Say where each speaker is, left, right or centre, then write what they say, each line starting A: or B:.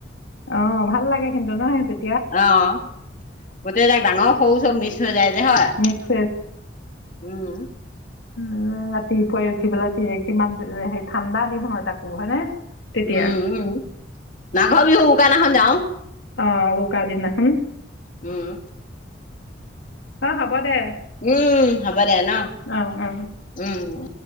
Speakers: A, on the left (about 85°); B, on the left (about 45°).
A: অঁ ভাল লাগে কিন্তু নহ সিঁহতে
B: অহ গোটেই তাক ডাঙৰ সৰু চব মিছ হৈ যায় যে হয়।
A: মিক্স
B: উম।
A: উ ৰাতিপুৱাই উঠি পেলাই কিমান হেই ঠাণ্ডা দিন হয় তাকো হয়নে। তেতিয়া
B: উম উম মাঘৰ বিহু উৰুকা দিনাখন যাওঁ।
A: অ উৰুকা দিনা খন।
B: উম
A: অ হব দে
B: উম হ'ব দে ন,
A: অ অ
B: উম